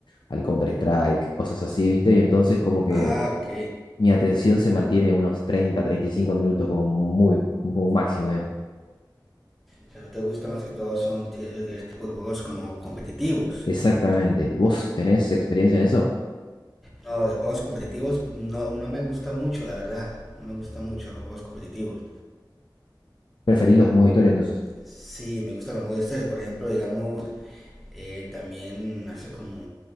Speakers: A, on the left (about 70°); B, in the centre.
A: al Counter-Strike, cosas así, ¿viste? Y entonces, como que
B: Ah, ok.
A: mi atención se mantiene unos treinta, treinta y cinco minutos como muy, como máximo,
B: O sea, ¿no te gusta más que todo son ese, ese tipo de juegos como competitivos?
A: Exactamente. ¿Vos tenés experiencia en eso?
B: No, de juegos competitivos no, no me gusta mucho, la verdad. No me gusta mucho los juegos competitivos.
A: Preferís los modo historia entonces.
B: Sí, me gustan los modos historia. Por ejemplo, digamos, eh, también hace como